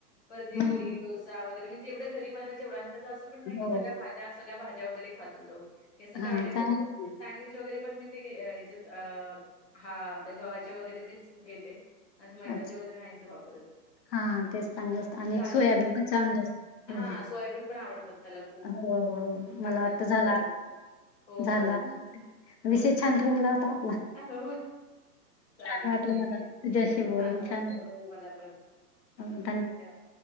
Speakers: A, on the left; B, on the left.
A: परत इडली,
B: हं,
A: डोसा वगैरे मी जेवढ घरी बनवेल तेवढ अन त्याच असं पण नाही
B: हो
A: सगळ्या भाज्या सगळ्या भाज्या वगैरे खातो तो तस
B: हा
A: काय नाही
B: चांगलं
A: त्याच सँडविच वगैरे पण ते याचेच अ हा आपल्या गव्हाचे वगैरे तेच घेते. असं
B: चांगलंच
A: मैद्याचे वगैरे नहीच वापरत.
B: हा तेच चांगलं असतं आणि एक
A: चालेल.
B: सोयाबीन
A: चल
B: पण चांगलं असतं. हो
A: हां, हां. सोयाबीन पण आवडतात त्याला खूप.
B: हो
A: चांगलं
B: मला वाटत
A: असतं
B: झाला
A: सोयाबीन
B: आता.
A: वगैरे. हो,
B: झाला
A: हो.
B: विषय छान रंगला होता आपला.
A: अ हो. चालेल
B: छान वाटलं
A: ठीक
B: मला
A: आहे छान
B: तुझ्याशी बोलून
A: वाटलं
B: छान
A: हो मला पण
B: वाटलं. हो
A: धन्यवाद.